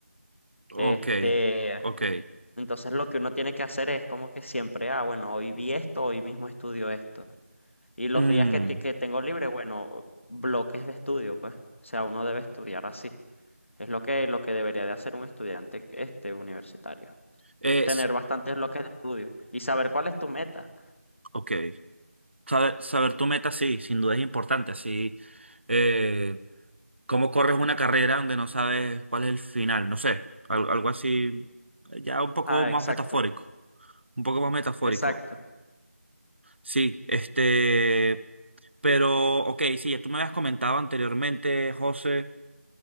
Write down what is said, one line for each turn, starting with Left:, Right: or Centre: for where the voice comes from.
Right: ok,
Left: Este,
Right: ok.
Left: entonces lo que uno tiene que hacer es como que siempre, ah, bueno, hoy vi esto, hoy mismo estudio esto. Y los
Right: Mm,
Left: días que, te- que tengo libre, bueno, bloques de estudio, pues. O sea, uno debe estudiar así. Es lo que, lo que debería de hacer un estudiante este, universitario.
Right: es,
Left: Tener bastantes bloques de estudio y saber cuál es tu meta.
Right: ok. Saber, saber tu meta, sí, sin duda es importante, así. eh, ¿Cómo corres una carrera donde no sabes cuál es el final? No sé, al- algo, así, ya un poco
Left: Ah,
Right: más
Left: exacto,
Right: metafórico, un poco más metafórico.
Left: exacto. O
Right: Sí, este, pero, ok, sí, ya tú me habías comentado anteriormente, José,